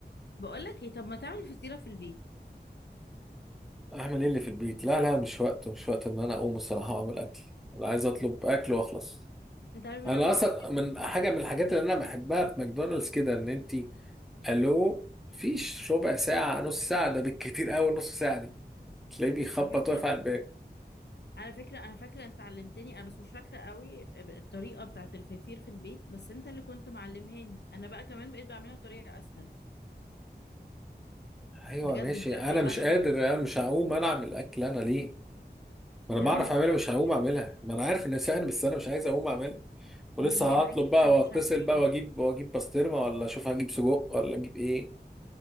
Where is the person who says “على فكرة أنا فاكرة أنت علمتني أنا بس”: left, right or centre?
Left